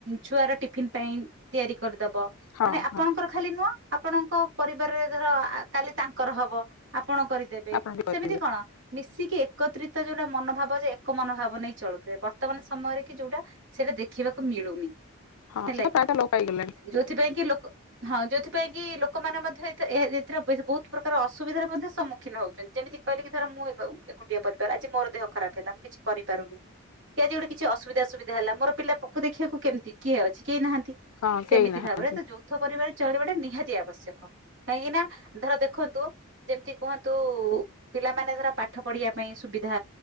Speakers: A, on the right; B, on the left.
A: ଛୁଆର ଟିଫନ୍ ପାଇଁ ତିଆରି କରି ଦବ
B: ହଁ
A: ମାନେ ଆପଣଙ୍କର
B: ହଁ
A: ଖାଲି ନୁଅଁ ଆପଣଙ୍କ ପରିବାରରେ ଧର କାଲି ତାଙ୍କର ହବ ଆ ଆପଣ କରିଦେବେ।
B: ଆପଣ ବି କରିପାରିବେ
A: ସେମିତି କଣ? ମିଶିକି ଏକତ୍ରିତ ଯୋଉଟା ମନୋଭାବ ଯେ ଏକ ମନୋଭାବ ନେଇ ଚଳୁଥିବେ ବର୍ତ୍ତମାନ ସମୟରେ କି ଯୋଉଟା ସେଇଟା ଦେଖିବାକୁ ମିଳୁନି।
B: ହଁ
A: ହେଲା
B: ସେଟା
A: କି
B: ପ୍ରାୟତଃ ଲୋପ ପାଇଗଲାଣି
A: ଯୋଉଥିପାଇଁ କି ଲୋ କ ହଁ ଯୋଉଥିପାଇଁ କି ଲୋକମାନେ ମଧ୍ୟ ଏଥି-ଏ-ଏ-ଏଥିରେ-ଏରେ-ବେଶ ବହୁତ ପ୍ରକାର ଅସୁବିଧାର ମଧ୍ୟ ସମ୍ମୁଖୀନ ହଉଚନ୍ତି ଯେମିତି କ କଇଲି କି ଧର ମୁଁ ଏବ ଏକୁଟିଆ ପରିବାର ଆଜି ମୋର ଦେହ ଖରାପ ହେଲା ମୁଁ କିଛି କରିପାରୁନି କି ଆଜି ଗୋଟେ କିଛି ଅସବିଧା ସୁବିଧା ହେଲା ମୋର ପିଲା ପୋକୁ ଦେଖିବାକୁ କେମିତି କିଏ ଅଛି କେହି ନାହା ନ୍ତି
B: ହଁ
A: ସେମିତି
B: କେହି ନାହାନ୍ତି
A: ଭାବରେ ଏ ତ ଯୌଥ ପରିବାରରେ ଚଳିବା ଟା ନିହାତି ଆବଶ୍ୟକ କାହିଁକି ନା ଧର ଦେଖନ୍ତୁ ଯେମିତି କୁହନ୍ତୁ। ପିଲାମାନେ ଧର ପାଠ ପଢିବା ପାଇଁ ସୁବିଧା